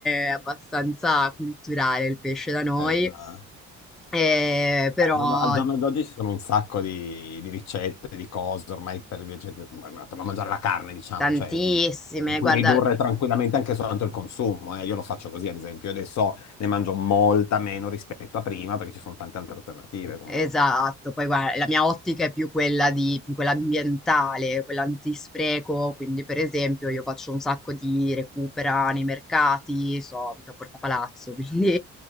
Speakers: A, in the centre; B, on the left.
A: è abbastanza culturale il pesce da noi.
B: Bella.
A: Eh, però.
B: giorno- Al giorno d'oggi ci sono un sacco di, di ricette, di cose ormai per, ricette- per non mangiare la carne, diciamo,
A: Tantissime,
B: cioè mh, ne puoi
A: guarda,
B: ridurre tranquillamente anche soltanto il consumo. eh. Io lo faccio così, ad esempio, Io adesso ne mangio molta meno rispetto a prima perché ci sono tante altre alternative comunque.
A: esatto, poi guarda, la mia ottica è più quella di, più quella ambientale, quella antispreco, quindi per esempio io faccio un sacco di recupera nei mercati, so, abito a Porta Palazzo, <laughs> quindi